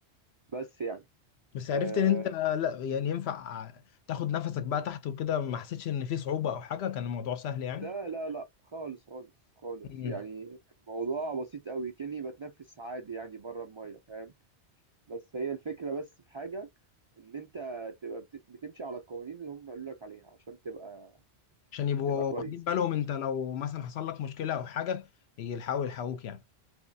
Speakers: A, on the right (about 45°); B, on the left (about 70°).
A: بس يعني
B: بس عرفت
A: آه،
B: ان انت لا يعني ينفع تاخد نفسك بقى تحت وكده ما حسيتش ان في صعوبة او حاجة كان الموضوع سهل يعني
A: لا لا لا خالص خالص خالص
B: مم.
A: يعني الموضوع بسيط قوي كأني بتنفس عادي يعني بره المية فاهم بس هي الفكرة بس في حاجة ان انت تبقى بت- بتمشي على القوانين اللي هم قالوا لك عليها عشان تبقى
B: عشان يبقوا
A: تبقى كويس
B: واخدين بالهم انت لو مثلا حصل لك مشكلة او حاجة يلحقوا يلحقوك يعني